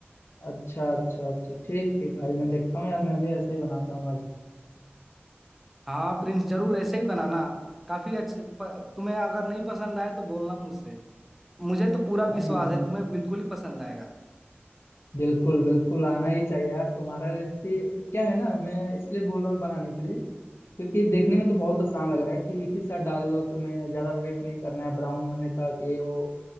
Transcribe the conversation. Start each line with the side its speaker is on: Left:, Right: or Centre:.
Left: अच्छा अच्छा अच्छा ठीक ठीक भाई मैं देखता हूँ यार मैं भी ऐसा ही बनाता हूँ आज
Centre: हाँ प्रिंस जरूर ऐसे ही बनाना काफी अच्छे प- तुम्हें अगर नहीं पसंद आए तो बोलना मुझसे मुझे तो पूरा
Left: अरे
Centre: विश्वास
Left: नहीं नहीं
Centre: है तुम्हें बिल्कुल ही पसंद आएगा
Left: बिल्कुल बिल्कुल आना ही चाहिए यार तुम्हारा रेसिपी क्या है ना मैं इसलिए बोल रहा हूँ बनाने के लिए क्योंकि देखने में तो बहुत आसान लग रहा है कि एक ही साथ डाल दो तुम्हें ज्यादा वेट नहीं करना है ब्राउन होने तक ये वो